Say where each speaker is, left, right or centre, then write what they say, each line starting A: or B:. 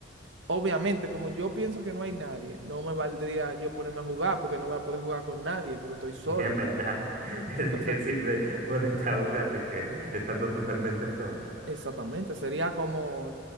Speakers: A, on the right (about 70°); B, on the right (about 45°).
A: Obviamente, como yo pienso que no hay nadie, no me valdría yo ponerme a jugar porque no voy a poder jugar con nadie porque estoy solo.
B: Sí, en verdad, <laughs> es
A: Entonces,
B: que sirve poner a un gato y que estando totalmente solo.
A: exactamente, sería como,